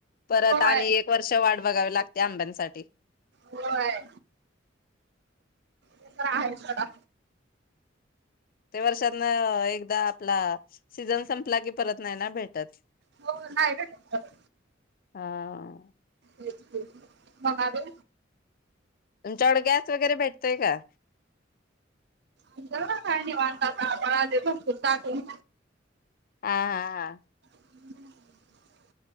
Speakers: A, on the left; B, on the right.
A: परत
B: होय
A: आणि एक वर्ष वाट बघावी लागते आंब्यांसाठी.
B: होय ते तर आहेचं सोडा.
A: ते वर्षातनं एकदा आपला सीझन संपला की परत नाही ना भेटत.
B: हो नाही भेटत परत
A: हा!
B: तेच की म्हणाले
A: तुमच्याकडे गॅस वगैरे भेटतोय का?
B: तुमच्याकड काय निवांत असलं आभाळ आलंय भरपूर दाटून.
A: हा हा हा
B: <inaudible>